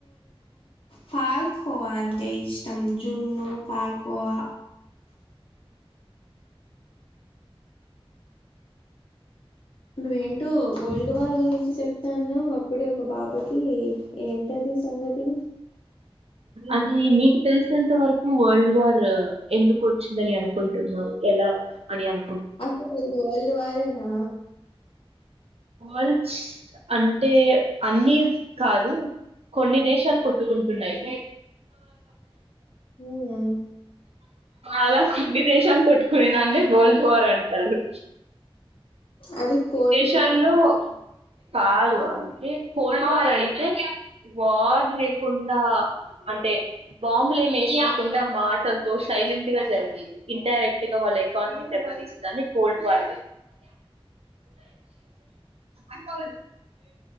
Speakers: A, on the left; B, on the right.
A: పాల్ కోవా అంటే ఇష్టం జున్ను పాల్ కోవా నువ్వేంటో వరల్డ్ వార్ గురించి చెప్తా ఉన్నావ్ అప్పుడే ఒక పాపకి ఏంటది సంగతి
B: అది మీకు తెలిసినంత వరకు వరల్డ్ వార్ ఎందుకు వచ్చిందని అనుకుంటున్నావు ఎలా అని అను
A: అసలు అది వల్డ్ వారేనా
B: వాల్డ్స్ అంటే అన్ని కాదు కొన్ని దేశాలు కొట్టుకుంటున్నాయి
A: ఉమ్మ్
B: అలా కొన్ని దేశాలు కొట్టుకునినే వరల్డ్ వార్ అంటారు
A: అది కోల్డ్ వార్.
B: చన్నూ కాదు అంటే కొల్డ్ వార్ అంటే వార్ లేకుండా అంటే బాంబులు ఏం ఎసుకుండా మాటలతో సైలెంట్ గా జరిగేది ఇన్డైరెక్ట్ గా వాళ్ళ ఎకానమీ దె తీసేదాన్ని కోల్డ్ వార్ అకా